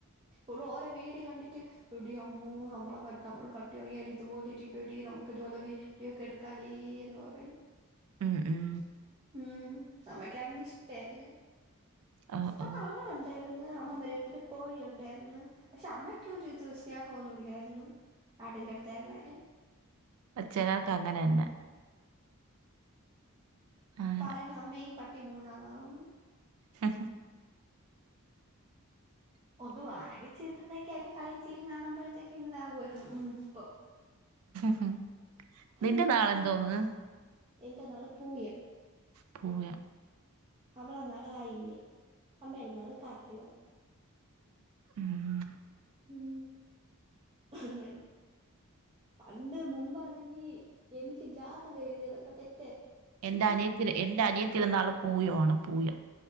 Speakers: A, on the right; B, on the right.
A: ഉള്ള ഓരോ വീഡിയോ കണ്ടിട്ട് എടി അ അമ്മൂ നമ്മളെ നമ്മൾ പട്ടി വാങ്ങിയാൽ ഇതുപോലെ ഇരിക്കടി നമുക്ക് ഇതുപോലെ വീട്ടിയൊക്കെ എടുക്കാടിന്ന് <unintelligible>
B: ഉം ഉം
A: ഉം മ്മക്കാണെങ്കി ഇഷ്ടല്ല
B: ഓ
A: പണ്ടാടുണ്ടായിരുന്നു
B: ഓ
A: അമ്മമ്മരെ വീട്ടില് കോഴി ഉണ്ടായിരുന്നു പക്ഷെ അമ്മയ്ക്കൊരുത് സ്നേഹമൊന്നുല്ലായിരുന്നു ആട്ടിന്റെ അടുത്തായിരുന്നാല
B: അച്ചനർക്ക് അങ്ങനെ തന്നെ അങ്ങനെ
A: ആപറയണം അമ്മയും പട്ടിയും മൂന്നാളാണെന്ന്
B: ആ <inaudible>
A: ഒന്ന് വാങ്ങിച്ച് കിട്ടുന്നതെങ്കിൽ ആയിട്ട് കളിയും ചിരിയും കാണുമ്പോഴത്തേക്ക് ഇതാകുവായിരുന്നു ഉം ഇപ്പൊ.
B: ഉം നിന്റെ
A: അയ്യോ
B: നാൾ എന്തോന്ന്.
A: എന്റെ നാള് പൂയം.
B: പൂയം
A: അവള് നാള് ആയില്യം അമ്മയുടെ നാള് കാർത്തിക.
B: ഉം
A: ഉം അങ്ങനെ പണ്ട് മുമ്പാണെങ്കിൽ എനിക്ക് ജാതകം എഴുതിയതൊക്കെ തെ
B: എന്റെ അനിയത്തിയുടെ എന്റെ അനിയത്തിയുടെ നാള് പൂയം ആണ് പൂയം.